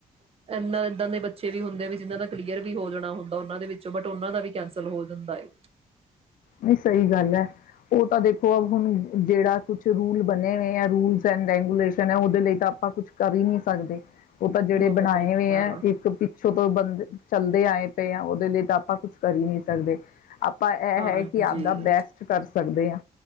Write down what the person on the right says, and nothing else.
ਇਨਾ ਏਦਾਂ ਦੇ ਬੱਚੇ ਵੀ ਹੁੰਦੇ ਵੀ। ਜਿ ਦਾ ਕਲੀਅਰ ਵੀ ਹੋ ਜਾਣਾ। ਹੁੰਦਾ ਉਹਨਾਂ ਦੇ ਵਿੱਚੋਂ ਬਟ ਉਹਨਾਂ ਦਾ ਵੀ ਕੈਂਸਲ ਹੋ ਜਾਂਦਾ ਹੈ।
ਹੋਰ
ਕਿਆ
ਹਾਂਜੀ